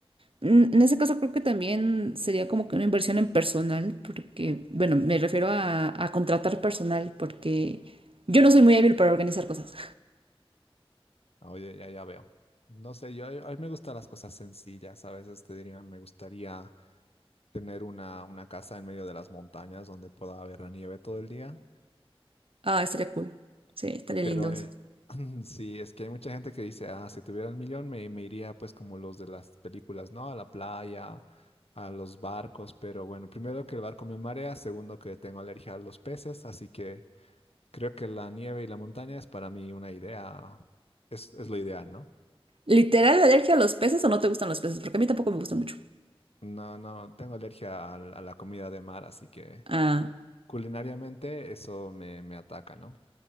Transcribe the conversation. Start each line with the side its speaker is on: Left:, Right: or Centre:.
Right: En en ese caso creo que también sería como que una inversión en personal, porque, bueno, me refiero a, a contratar personal, porque yo no soy muy hábil para organizar cosas.
Left: Ah, Oye, ya, ya veo. No sé, yo a mí me gustan las cosas sencillas. A veces te diría, me gustaría tener una, una casa en medio de las montañas donde pueda haber la nieve todo el día.
Right: Ah, estaría cool. Sí, estaría
Left: Pero
Right: lindo eso.
Left: eh, <clears throat> sí, es que hay mucha gente que dice, ah, si tuviera el millón me, me iría pues como los de las películas, ¿no? A la playa, a los barcos, pero bueno, primero que el barco me marea, segundo que tengo alergia a los peces, así que creo que la nieve y la montaña es para mí una idea, es, es lo ideal, ¿no?
Right: ¿Literal alergia a los peces o no te gustan los peces? Porque a mí tampoco me gustan mucho.
Left: No, no, tengo alergia al- a, la comida de mar, así que
Right: Ah,
Left: culinariamente eso me, me ataca, ¿no?